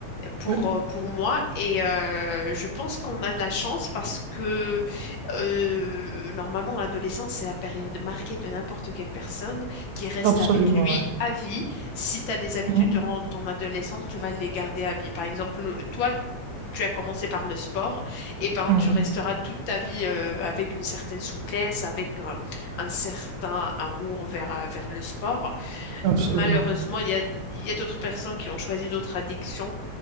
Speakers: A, on the left (about 75°); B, on the right (about 85°).
A: pour,
B: Oui,
A: euh, pour moi et euh, je pense qu'on a de la chance parce que euh, normalement l'adolescence c'est la période marquée de n'importe quelle personne qui reste
B: absolument,
A: avec lui
B: ouais.
A: à vie. Si tu as des habitudes
B: Mhm.
A: durant ton adolescence, tu vas les garder à vie. Par exemple, toi, tu as commencé par le sport, et ben
B: Mhm.
A: tu resteras toute ta vie euh, avec une certaine souplesse, avec euh, un certain amour vers, euh, vers le sport.
B: Absolument.
A: Euh, Malheureusement, il y a, il y a d'autres personnes qui ont choisi d'autres addictions,